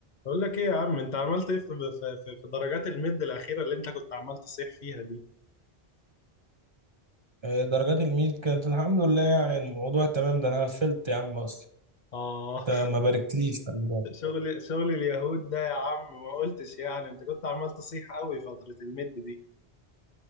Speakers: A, on the left; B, on the right.
A: بقول لك ايه يا عم انت عملت ايه في في في في درجات المد الاخيره اللي انت كنت عمال تصيح فيها دي
B: آه، درجات الميد كانت الحمد لله يعني الموضوع تمام ده انا قفلت يا عم اصلا
A: اه
B: انت ما باركتليش خلي بالك
A: شغل شغل اليهود ده يا عم ما قلتش يعني انت كنت عمال تصيح قوي فتره المد دي